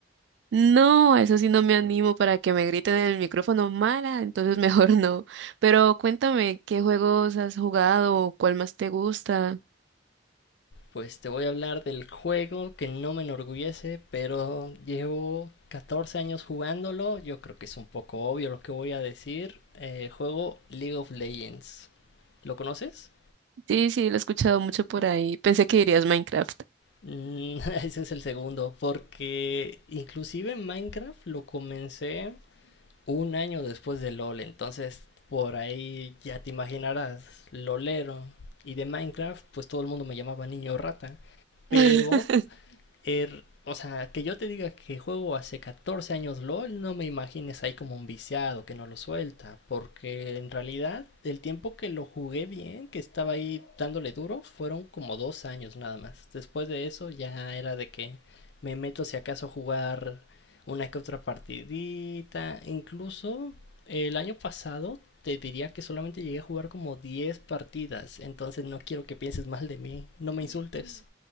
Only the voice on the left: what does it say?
Pues te voy a hablar del juego que no me enorgullece, pero llevo 14 años jugándolo. Yo creo que es un poco obvio lo que voy a decir. Eh, juego League of Legends. ¿Lo conoces?
Mm, <laughs> Ese es el segundo, porque inclusive Minecraft lo comencé un año después de LOL, entonces por ahí ya te imaginarás, lolero. Y de Minecraft, pues todo el mundo me llamaba niño rata. Pero
er- o sea, que yo te diga que juego hace 14 años LOL, no me imagines ahí como un viciado que no lo suelta, porque en realidad el tiempo que lo jugué bien, que estaba ahí dándole duro, fueron como dos años nada más. Después de eso ya era de que me meto si acaso a jugar una que otra partidita, incluso el año pasado te diría que solamente llegué a jugar como 10 partidas, entonces no quiero que pienses mal de mí, no me insultes.